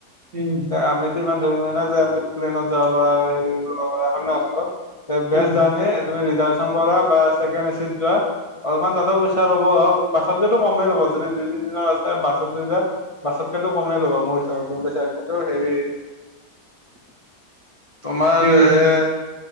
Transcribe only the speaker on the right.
উম
উম
<inaudible>
উম